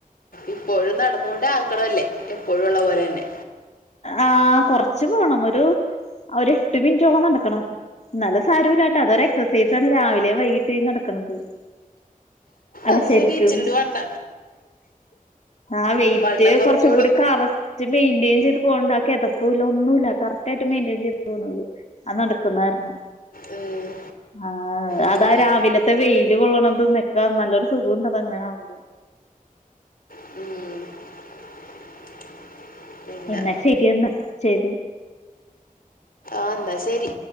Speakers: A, on the left; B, on the left.
A: ഇപ്പോഴും നടന്നുകൊണ്ടേ ആക്കണല്ലേ എപ്പോഴും ഉള്ള പോലെ തന്നെ
B: ആഹ കൊറച്ചു പോണം ഒരു അവര് എട്ട് മിനിറ്റോളം നടക്കണം ന്നാലും സാരമില്ല അതൊരു എക്സസൈസ ആണ് രാവിലെ വൈകീട്ട് നടക്കണുന്നത് അല്ല
A: അത്
B: ശരിക്കും
A: ശരി ഇച്ചിരി വണ്ണ
B: ഓ ആ വെയിറ്റ്
A: വണ്ണം കുറഞ്ഞോളൂ
B: കുറച്ച കൂടി കററ്റ് മെയിൻ്റേജ് ചെയ്ത് പോകണ്ട ആ കെതപ്പ് ഒന്നുമല്ല കറക്റ്റ് ആായിട്ട് മെയിൻ്റേജ് ചെയ്ത് തോന്നത് അത് നടക്കുന്നതായിരുന്നു
A: ഉം,
B: ആ
A: ഉം,
B: അതാ രാവിലത്തെ വെയില് കൊള്ളണംതു നല്ലൊരു സുഖണ്ട്അങ്ങനെ ആവുമ്പോ
A: ഉം പിന്നെ
B: എന്നാ ശരിയന്ന് ചെയ്ത്
A: ആന്താ ശരി